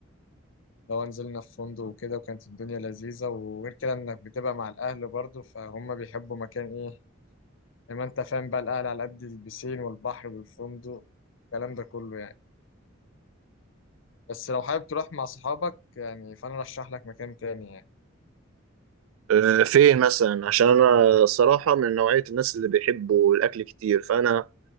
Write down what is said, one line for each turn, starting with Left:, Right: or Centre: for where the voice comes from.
Left: لو نزلنا في فندق وكده وكانت الدنيا لذيذة وغير كده انك بتبقى مع الاهل برضو فهم بيحبوا مكان ايه لما انت فاهم بقى الاهل على قد البسين والبحر والفندق الكلام ده كله يعني بس لو حابب تروح مع صحابك يعني فانا رشح لك مكان تاني يعني
Right: آه فين مثلا عشان انا الصراحه من نوعيه الناس اللي بيحبوا الاكل كتير فانا